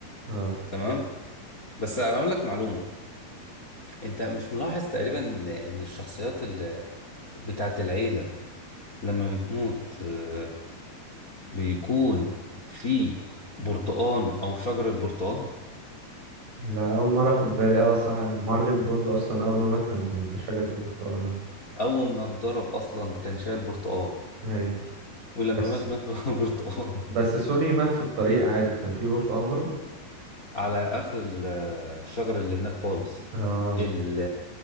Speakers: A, on the right; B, on the left.
A: اه
B: تمام بس انا اقول لك معلومه انت مش ملاحظ تقريبا ان ان الشخصيات اللي بتاعت العيله لما بتموت آه بيكون في برتقان او شجره برتقان
A: لا اول مره اخد بالي اه صح مارلين بروندو اصلا اول ما مات كان ده شجره البرتقال نعم.
B: اول ما اتضرب اصلا كان شايل برتقان
A: ايوه
B: ولما
A: بس
B: مات مات وهو <laughs> برتقان
A: بس سوني مات في الطريق عادي كان في برتقان برضه
B: على اخر ال- الشجر اللي هناك خالص
A: اه
B: ال